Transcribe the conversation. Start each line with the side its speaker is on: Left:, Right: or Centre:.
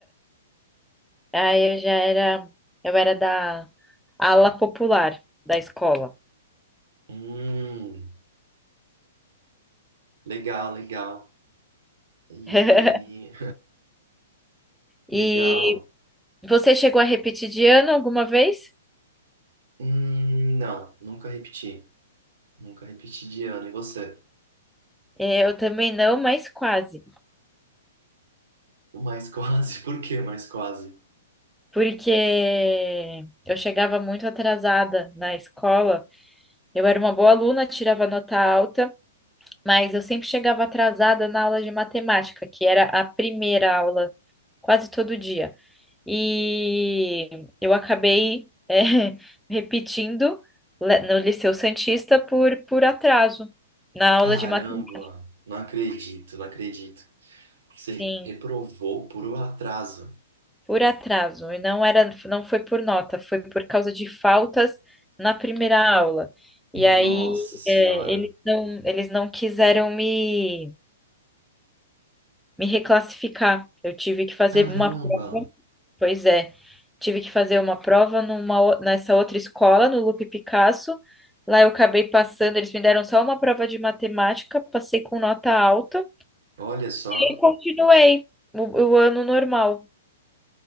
Centre: Aí eu já era, eu era da ala popular da escola.
Right: Hum, legal, legal. E
Centre: <laughs>
Right: <laughs>
Centre: E
Right: legal.
Centre: você chegou a repetir de ano alguma vez?
Right: Hum, não, nunca repeti. Nunca repeti de ano. E você?
Centre: É, Eu também não, mas quase.
Right: Mas quase, <laughs> por quê? Mas quase.
Centre: Porque eu chegava muito atrasada na escola. Eu era uma boa aluna, tirava nota alta. Mas eu sempre chegava atrasada na aula de matemática, que era a primeira aula, quase todo dia. E eu acabei, eh, <laughs> repetindo le- no Liceu Santista por, por atraso, na aula
Right: Caramba,
Centre: de matemática,
Right: não acredito, não acredito. Você
Centre: sim,
Right: reprovou por um atraso.
Centre: por atraso. E não era, não foi por nota, foi por causa de faltas na primeira aula. E
Right: Nossa
Centre: aí,
Right: senhora.
Centre: eh, eles não, eles não quiseram me, me reclassificar. Eu tive que fazer
Right: Caramba,
Centre: uma prova. Pois é, tive que fazer uma prova numa, o- nessa outra escola, no Lupe Picasso. Lá eu acabei passando, eles me deram só uma prova de matemática, passei com nota alta
Right: olha só.
Centre: e continuei o, o ano normal